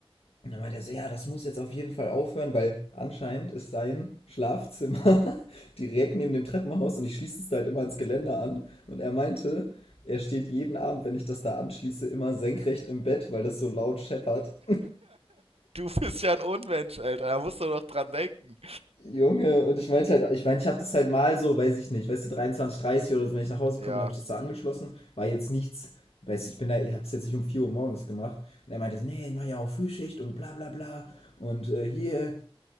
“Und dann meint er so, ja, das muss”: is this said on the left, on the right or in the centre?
Left